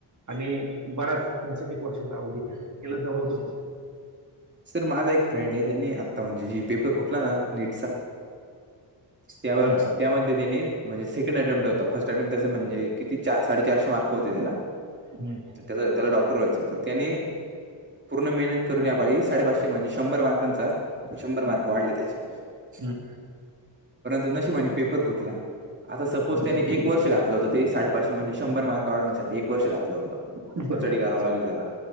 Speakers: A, on the right; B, on the right.
A: आणि बराच तुमचा एक वर्षाचा अवधी गेला याला जबाबदार कोण.
B: सर माझा एक फ्रेंड आहे ज्यांनी आत्ता म्हणजे जे पेपर फुटला ना. नीटचा त्या
A: हम्म,
B: त्यामध्ये त्यांने म्हणजे सेकंड अटेमप्ट होता, फर्स्ट अटेम्ट त्या चा म्हणजे किती चार साडेचारशे मार्क होते त्याला.
A: हम्म
B: त्याला डॉक्टर व्हायचं होतं, त्याने पूर्ण मेहनत करून यावेळी साडे पाचशे म्हणजे शंभर मार्क‌. मार्कांचा, शंभर मार्क वाढले त्याचे.
A: हम्म
B: परंतु नशिबाने पेपर फुटला. आता सपोज त्याने एक वर्ष घातलं होत त्याने साडेपाचशे म्हणजे शंभर मार्क वाढवण्यासाठी एक वर्ष घातला. घातला होता,
A: बरोबर
B: स्टडी
A: आहे
B: करावी लागले त्याला.